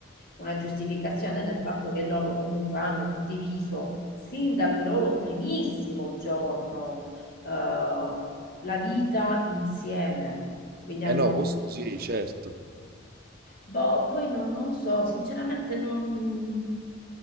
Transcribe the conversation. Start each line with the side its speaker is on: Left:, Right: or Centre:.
Left: una giustificazione nel fatto che loro comunque hanno condiviso sin dal loro primissimo giorno eh, la vita insieme. Quindi hanno,
Right: Eh no, questo sì, certo.
Left: boh, poi non, non so, sinceramente non...